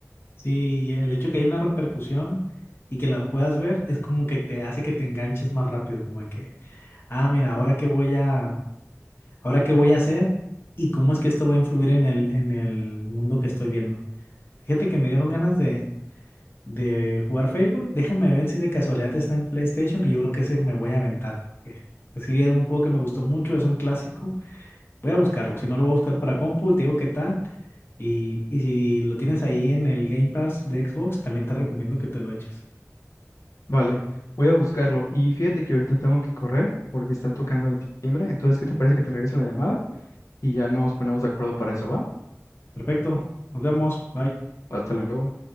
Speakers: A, on the left (about 45°); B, on the left (about 80°).
A: Sí, y el hecho que hay una repercusión y que la puedas ver es como que te hace que te enganches más rápido, como de que, ah, mira, ahora qué voy a, ahora qué voy a hacer y cómo es que esto va a influir en el, en el mundo que estoy viendo. Fíjate que me dieron ganas de, de jugar Fable. Déjame ver si de casualidad está en PlayStation y yo creo que ese me voy a aventar, porque sí, era un juego que me gustó mucho, es un clásico Voy a buscarlo, si no lo voy a buscar para compu, te digo qué tal. Y, y si lo tienes ahí en el Game Pass de Xbox, también te recomiendo que te lo eches.
B: Vale, voy a buscarlo. Y fíjate que ahorita tengo que correr porque están tocando el timbre. Entonces, ¿qué te parece que te regrese la llamada? y ya nos ponemos de acuerdo para eso, ¿va?
A: Perfecto, nos vemos, bye.
B: Hasta luego.